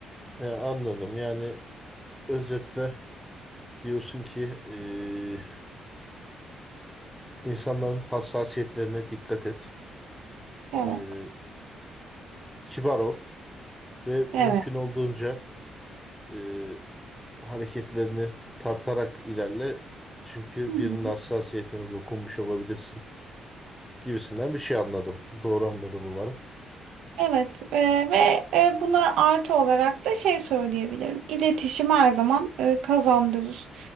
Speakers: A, in the centre; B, on the right (about 80°).
A: E, anladım. Yani özetle diyorsun ki e, insanların hassasiyetlerine dikkat et.
B: Evet.
A: E, kibar ol ve mümkün
B: Evet.
A: olduğunca e, hareketlerini tartarak ilerle. Çünkü
B: Hı hı.
A: birinin hassasiyetine dokunmuş olabilirsin. gibisinden bir şey anladım. Doğru anladım umarım.
B: Evet e, ve e, buna artı olarak da şey söyleyebilirim. İletişim her zaman e, kazandırır.